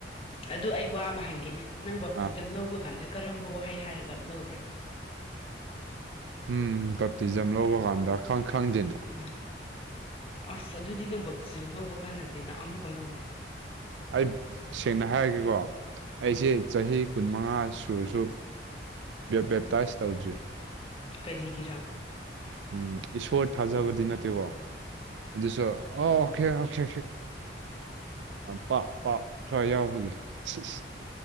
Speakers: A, on the left; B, on the right.
A: ꯑꯗꯨ ꯑꯩ ꯋꯥ ꯑꯃ ꯍꯪꯒꯦꯅꯦ ꯅꯪ ꯕꯥꯞꯇꯤꯖꯝ
B: ꯑꯥ
A: ꯂꯧꯕ ꯀꯥꯟꯗ ꯀꯔꯝꯕ ꯋꯥꯍꯩ ꯍꯥꯏꯔꯒ ꯂꯧꯕ꯭ꯔꯥ
B: ꯎꯝ ꯀꯞꯇꯤꯖꯝ ꯂꯧꯕ ꯀꯥꯟꯗ ꯈꯪ ꯈꯪꯗꯦꯅꯤ
A: ꯎꯝ ꯑꯁ ꯑꯗꯨꯗꯤ ꯅꯪꯕꯞ ꯆ ꯂꯧꯕ ꯀꯥꯟꯗꯗꯤꯅ ꯑꯃꯨꯛꯀ ꯂꯧꯋ
B: ꯑꯩ ꯁꯦꯡꯅ ꯍꯥꯏꯔꯒꯦꯀꯣ ꯑꯩꯁꯦ
A: ꯎꯝ
B: ꯆꯍꯤ ꯀꯨꯟꯃꯉꯥ ꯁꯨꯔꯁꯨ ꯕꯦꯞꯇꯥꯏꯁ ꯇꯧꯗ꯭ꯔꯤ
A: ꯀꯔꯤꯒꯤꯔ
B: ꯎꯝ ꯏꯁꯣꯔ ꯊꯥꯖꯕꯗꯤ ꯅꯠꯇꯦꯀꯣ ꯑꯗꯨꯁꯨ ꯑꯣ ꯑꯣꯀꯦ ꯑꯣꯀꯦ ꯄꯥꯞ ꯄꯥꯞ ꯊꯔ ꯌꯥꯎꯕꯒꯤ ꯁꯤ